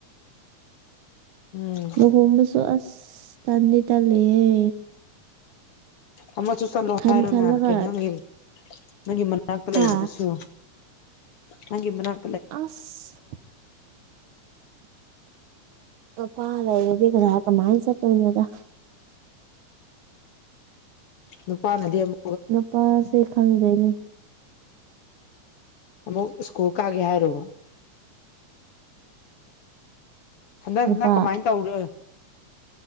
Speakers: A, on the left; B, on the right.
A: ꯎꯝ
B: ꯅꯍꯕꯨꯁꯨ ꯑꯁ ꯇꯥꯟꯗꯤ ꯇꯂꯦꯍꯦ
A: ꯑꯃꯁꯨ ꯆꯠꯂꯣ
B: ꯈꯟ
A: ꯍꯥꯏꯔꯣꯅꯦ
B: ꯈꯜꯂꯒ
A: ꯀꯩꯅꯣ ꯅꯪꯒꯤ ꯅꯪꯒꯤ ꯃꯅꯥꯛꯇ ꯂꯩꯕꯗꯨꯁꯨ
B: ꯍꯥ
A: ꯍꯪ ꯏꯃ꯭ꯔꯥꯟ
B: ꯑꯁ ꯄ ꯂꯩꯒ ꯂ ꯀ ꯃꯥꯥꯏ ꯆ ꯇ ꯏꯅꯗ
A: ꯅꯨꯄꯥꯅꯗꯤ ꯑꯃ
B: ꯄꯥ ꯁꯦ ꯈꯪꯗꯦꯅꯤ
A: ꯑꯃꯨꯛ ꯁ꯭ꯀꯨꯜ ꯀꯛꯒꯦ ꯍꯥꯏꯔꯨꯔꯕ ꯍꯟꯗꯛ
B: ꯅꯨꯄꯥ
A: ꯍꯟꯗ ꯀꯃꯥꯏꯅ ꯇꯧꯔ